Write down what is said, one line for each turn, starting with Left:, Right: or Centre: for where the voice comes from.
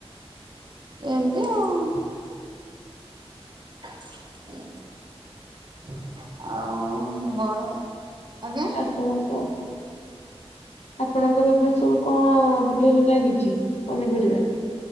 Right: ଏମିତି ଆଉ। <inaudible> ଆଉ ଘଡ଼ ଆଜ୍ଞା।
Left: <unintelligible> ଆପଣଙ୍କର ଏବେ ସବୁ କଣ ବିଲରେ ଲାଗିଛି ପନିପରିବା।